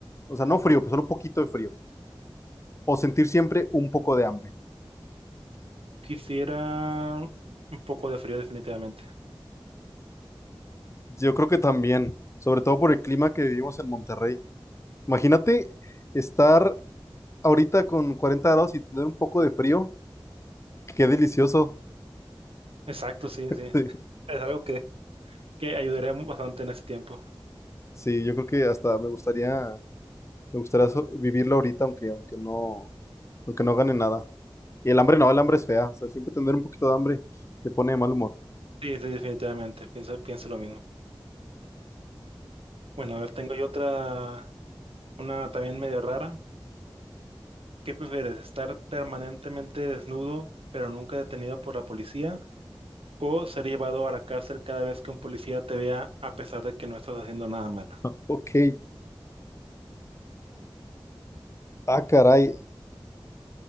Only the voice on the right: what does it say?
Quisiera un poco de frío definitivamente.
Exacto, sí,
sí.
Es algo que, que ayudaría mu- bastante en ese tiempo.
Sí, sí, definitivamente. Pienso, pienso lo mismo. Bueno, a ver, tengo yo otra, una también medio rara. ¿Qué prefieres, estar permanentemente desnudo, pero nunca detenido por la policía? ¿O ser llevado a la cárcel cada vez que un policía te vea a pesar de que no estás haciendo nada malo?